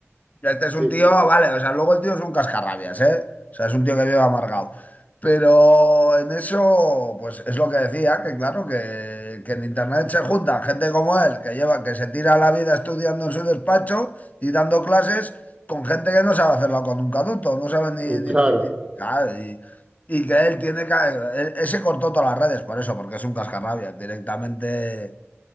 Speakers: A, on the left; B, on the right.
A: Este es
B: Sí,
A: un tío, vale, o sea, luego el tío es un cascarrabias, ¿eh? O sea, es un tío que vive amargado. Pero en eso, pues es lo que decía, que claro, que, que en internet se juntan gente como él, que lleva, que se tira la vida estudiando en su despacho y dando clases con gente que no sabe hacerlo con un caduto, no sabe ni,
B: eh,
A: ni-
B: claro.
A: ni- claro, y, y que él tiene que, él- él se cortó todas las redes por eso, porque es un cascarrabias, directamente